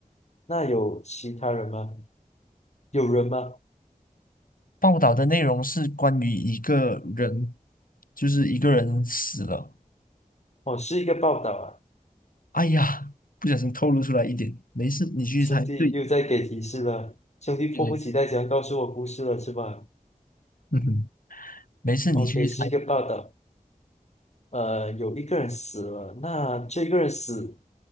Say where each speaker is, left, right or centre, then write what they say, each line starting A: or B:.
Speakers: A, on the left; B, on the left.
A: 那有其他人吗？有人吗？
B: 报道的内容是关于一个人，就是一个人死了。
A: 哦，是一个报道啊，
B: 哎呀，不小心透露出来一点，没事，你继续猜。
A: 兄弟又在给提示了，
B: 对，
A: 兄弟迫不及待想要告诉我故事了是吧
B: 对对，嗯哼，没事，你继续猜。
A: ？OK，是一个报道，呃，有一个人死了，那这个人死，